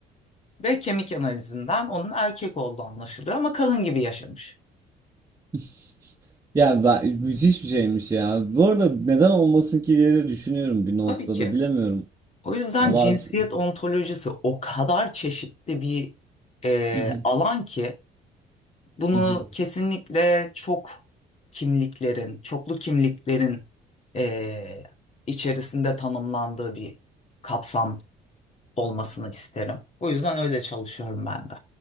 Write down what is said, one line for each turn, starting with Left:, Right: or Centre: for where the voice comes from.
Left: Ve kemik analizinden onun erkek olduğu anlaşılıyor ama kadın gibi yaşamış.
Right: <laughs> Ya, ben müthiş bir şeymiş ya. Bu arada neden olmasın ki diye de düşünüyorum bir noktada.
Left: Tabii ki.
Right: Bilemiyorum.
Left: O yüzden
Right: Ya bazı
Left: cinsiyet ontolojisi o kadar çeşitli bir e,
Right: Hı hı.
Left: alan ki bunu
Right: Hı hı.
Left: kesinlikle çok kimliklerin, çoklu kimliklerin e, içerisinde tanımlandığı bir kapsam olmasını isterim. O yüzden öyle çalışıyorum ben de.